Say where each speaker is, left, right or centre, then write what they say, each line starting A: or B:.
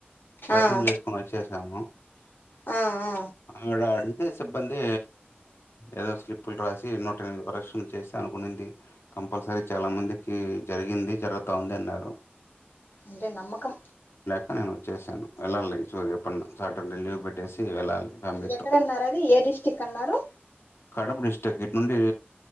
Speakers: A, on the left; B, on the left.
A: దర్శనం
B: ఆ
A: చేసుకుని వచ్చే కమ
B: ఆ ఆ
A: ఆడ అదే సిబ్బంది ఏదో స్లిప్పులు రాసి నూట ఎనిమిది ప్రదర్శనలు చేసి అనుకునింది కంపల్సరీ చాలా మంది ఉమ్ జరిగింది జరుగుతా ఉంది అన్నారు
B: అంటే నమ్మకం
A: ఇ నేను వచ్చసాను వెళ్ళాలి చూ ఎప్పడు సార్టర్డే లీవ్ పెట్టేసి వెళ్ళాలి ఫ్యామిలీతో.
B: ఎక్కడన్నారు అది ఏ డిస్టిక్ అన్నారు
A: కడప డిస్టిక్ ఇటు నుండి